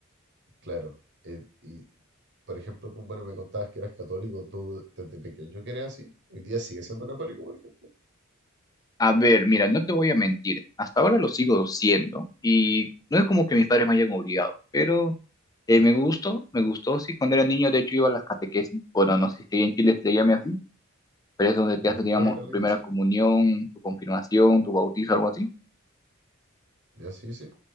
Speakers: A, on the right (about 55°); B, on the left (about 15°).
A: claro, eh, y por ejemplo, tú, bueno, me contabas que eras católico, tú desde pequeño que eras así, hoy día sigues siendo católico, por ejemplo,
B: A ver, mira, no te voy a mentir. Hasta ahora lo sigo siendo y no es como que mis padres me hayan obligado, pero eh, me gustó, me gustó. Sí, cuando era niño, de hecho, iba a las catequesis. Bueno, no sé si en Chile se llame así pero es donde
A: ya,
B: te haces, digamos,
A: no ir a
B: tu
A: la
B: primera
A: iglesia,
B: comunión, tu confirmación, tu bautizo, algo así.
A: ya sí, sí,